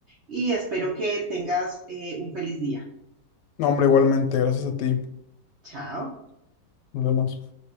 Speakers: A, on the right; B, on the left.
A: y espero que tengas eh, un feliz día.
B: No, hombre, igualmente, gracias a ti.
A: Chao.
B: Nos vemos.